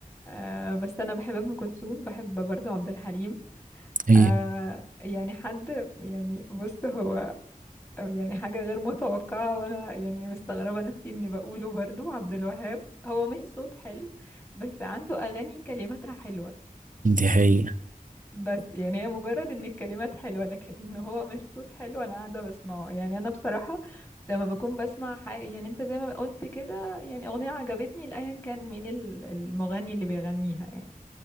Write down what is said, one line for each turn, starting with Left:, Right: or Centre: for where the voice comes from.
Left: آه بس انا بحب ام كلثوم بحب برضه عبد الحليم
Right: هي
Left: آه يعني حد يعني بص هو يعني حاجه غير متوقعه وانا يعني مستغربه نفسي اني بقوله برضه عبد الوهاب هو مش صوت حلو بس عنده اغاني كلماتها حلوه
Right: دي حقيقة
Left: بس يعني هي مجرد ان الكلمات حلوة لكن ان هو مش صوت حلو انا قاعدة بسمعه يعني انا بصراحة لما بكون بسمع حاجة يعني انت زي ما قلت كده يعني اغنية عجبتني لأيا كان مين ال- المغني اللي بيغنيها يعني